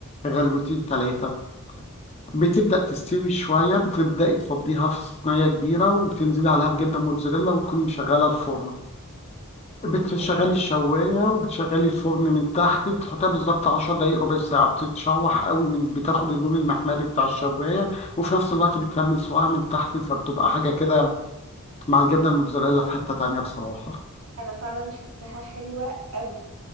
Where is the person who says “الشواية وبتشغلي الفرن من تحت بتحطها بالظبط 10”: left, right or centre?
Left